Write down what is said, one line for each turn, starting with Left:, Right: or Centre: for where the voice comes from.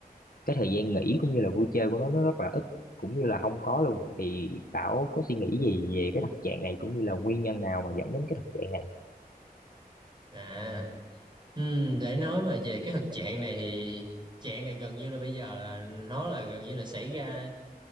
Left: cái thời gian nghỉ cũng như là vui chơi của nó nó rất là ít cũng như là không có luôn thì Bảo có suy nghĩ gì về cái thực trạng này cũng như là nguyên nhân nào mà dẫn đến cái thực trạng này
Right: À, ừm, để nói mà về cái thực trạng này thì trạng này gần như là bây giờ là nó là gần như là xảy ra